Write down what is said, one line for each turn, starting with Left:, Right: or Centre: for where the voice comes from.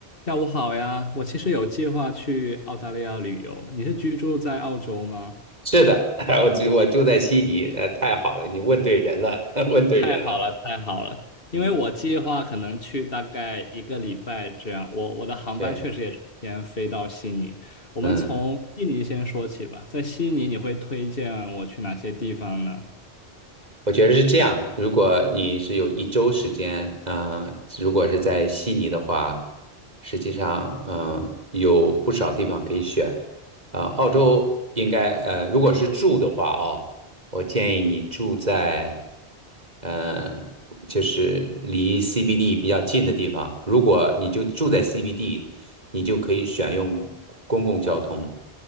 Left: 下午好呀，我其实有计划去澳大利亚旅游。你是居住在澳洲吗？
Right: 是的，<laughs> 我就我住在悉尼，呃，太好了，你问对人了，<laughs> 问对人了。
Left: 太好了，太好了！
Right: 嗯，
Left: 因为我计划可能去大概一个礼拜这样。我我的航班确实也是先飞到悉尼。
Right: 对，
Left: 我们从悉尼先说起吧。
Right: 嗯，
Left: 在悉尼，你会推荐我去哪些地方呢？
Right: 我觉得是这样。如果你是有一周时间，嗯、如果是在悉尼的话，实际上，嗯、有不少地方可以选。啊、澳洲应该，呃，如果是住的话，哦，我建议你住在。呃，就是离 CBD 比较近的地方。如果你就住在 CBD，你就可以选用公共交通；